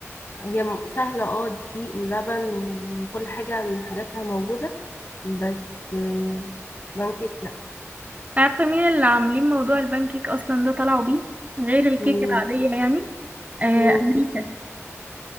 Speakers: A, on the left (about 45°); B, on the right (about 30°).
A: هي م- سهلة اه دقيق ولبن وكل حاجة من حاجاتها موجودة بس آه، بانكيك لا
B: عارفة مين اللي عاملين موضوع البان كيك أصلا ده طلعوا بيه غير الكيك
A: مين
B: العادية يعني آه
A: مين
B: أمريكا